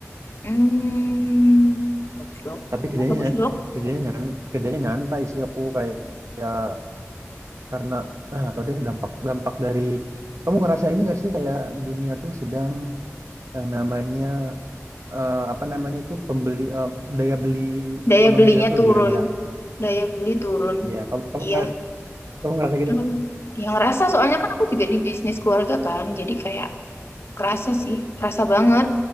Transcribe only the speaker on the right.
Tapi kerjanya
kerjanya nyan, kerjanya nyantai sih aku kayak kayak karena eh, nggak tahu deh dampak dampak dari kamu ngerasa ini nggak sih kayak dunia tuh sedang yang namanya eh, apa namanya tuh pembeli eh, daya beli
ekonomi
kita tuh lagi
rendah gitu.
Iya, kamu kamu
ngera- kamu ngerasa gitu
nggak?